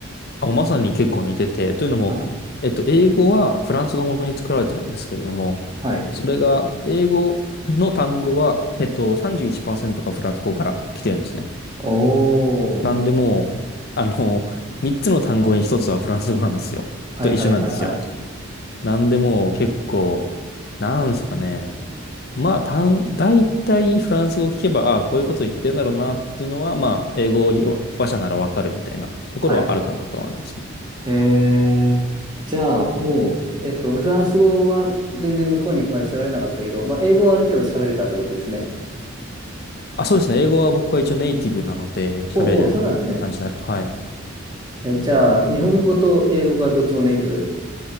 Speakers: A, on the left; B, on the right.
A: あ、もうまさに結構似てて、というのも、
B: はい。
A: えっと、英語はフランス語を元に作られてるんですけれども、
B: はい。
A: それが、英語の単語は、えっと、31%がフランス語から来てるんですね。
B: おー。
A: なんでもう、あの、3つの単語に1つはフランス語なんですよ。
B: はいはいはいはい。
A: と一緒なんですよ。なんでもう結構、なんすかね。まあ、たん、大体フランス語を聞けば、ああ、こういうこと言ってんだろうなっていうのは、まあ、英語を利用話者ならわかるみたいなところはあるかなと思いますね。
B: はい。へえ。じゃあ、もう、えっと、フランス語は全然向こうに行くまで喋れなかったけど、まあ、英語はある程度喋れたということですね。
A: あ、そうですね。英語は僕は一応ネイティブなので喋れるって感じになる。
B: おうおう、そうなんですね。
A: はい。
B: え、じゃあ、日本語と英語がどっちもネイティブ。